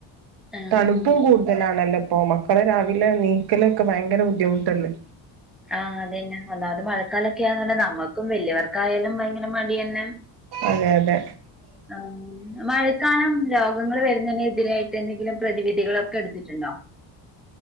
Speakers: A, in the centre; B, on the right.
A: ഉം.
B: തണു ഏപ്പോവും കൂടുതലാണല്ലോ ഇപ്പോ മക്കളെ രാവിലെ എനിക്കലോക്കെ ഭയങ്കര ബുദ്ധിമുട്ടല്ലേ
A: ആഹ് അതന്നെ ഒന്നാമത് മഴക്കാലൊക്കെയാന്ന നമ്മുക്കും വലിയവർക്കായാലും ഭയങ്കര മടി തന്നെ
B: അതെ അതെ
A: ആഹ് മഴക്കാലം രോഗങ്ങൾ വരുന്നതിന് എതിരായിട്ട് എന്തെങ്കിലും പ്രതിവിധികളൊക്കെ എടുത്തിട്ടുണ്ടോ